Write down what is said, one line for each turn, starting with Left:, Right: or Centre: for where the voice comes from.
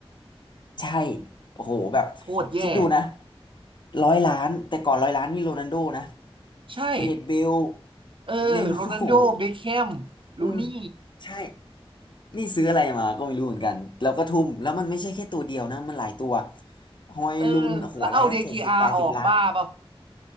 Left: ใช่โอ้โหแบบ
Right: โคตรแย่
Left: คิดดูนะร้อยล้านแต่ก่อนร้อยล้านนี่โรนัลโดนะ
Right: ใช่
Left: แกเร t เบล
Right: เออโรนัลโดเบคแฮม
Left: เนย์มาร์โอ้โหอืม
Right: รูนี่
Left: ใช่นี่ซื้ออะไรมาก็ไม่รู้เหมือนกันแล้วก็ทุ่มแล้วมันไม่ใช่แค่ตัวเดียวนะมันหลายตัวฮอยลุนโอ้โหอะไรก็เจ็ดสิบแปดสิบล้าน
Right: เออแล้วเอาเดกีอาร์ออกบ้าเปล่า